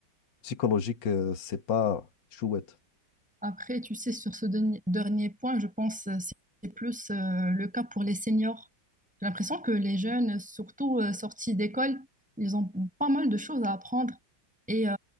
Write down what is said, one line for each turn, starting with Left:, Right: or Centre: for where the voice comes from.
Left: psychologique, euh, c'est pas chouette.
Centre: Après, tu sais, sur ce dernier dernier point, je pense euh, c'est plus euh, le cas pour les seniors. J'ai l'impression que les jeunes, surtout euh, sortis d'école, ils ont pas mal de choses à apprendre. Et euh,